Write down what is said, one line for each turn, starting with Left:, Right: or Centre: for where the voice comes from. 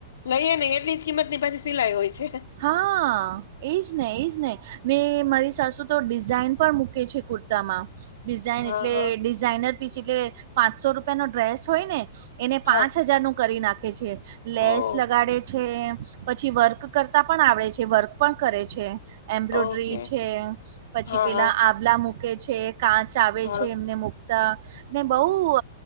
Left: લઈએ નને એટલી જ કિંમત ની પછી સિલાઈ હોય છે.
Right: હા. એજ ને એજ ને ને, મારી સાસુ તો ડિઝાઈન પણ મૂકે છે કુર્તામાં. ડિઝાઇન
Left: હા,
Right: એટલે
Left: હા,
Right: ડિઝાઇનર પીસ એટલે પાંચસો રૂપિયાનોો ડ્રેસ હોય ને. એને પાંચ
Left: હા.
Right: હજાર નું કરી નાખે છે,
Left: ઓહ!
Right: લેસ લગાડે છે, પછી વર્ક કરતા પણ આવડે છે વર્ક પણ કરે છે, એમ્બ્રોડરી
Left: ઓકે.
Right: છે, પછી
Left: હા,
Right: પેલા
Left: હા,
Right: તબલા મૂકે છે કાચ આવે
Left: હા,
Right: છે એમને મૂકતા. ને બહુ